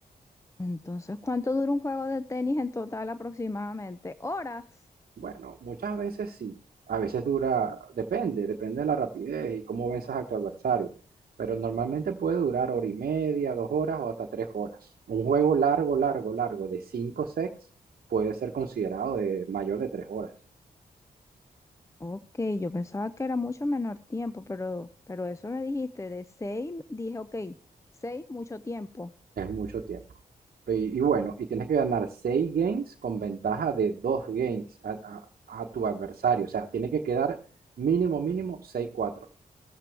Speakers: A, on the left; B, on the right.
A: Entonces, ¿cuánto dura un juego de tenis en total aproximadamente? Horas.
B: Bueno, muchas veces sí. A veces dura, depende, depende de la rapidez y cómo venzas a tu adversario. Pero normalmente puede durar hora y media, dos horas o hasta tres horas. Un juego largo, largo, largo de cinco sets puede ser considerado de mayor de tres horas.
A: Ok, yo pensaba que era mucho menor tiempo, pero, pero eso me dijiste, de seis, dije, ok, seis, mucho tiempo.
B: Es mucho tiempo. Y, y bueno, y tienes que ganar seis games con ventaja de dos games a, a- a tu adversario. O sea, tiene que quedar mínimo, mínimo seis cuatro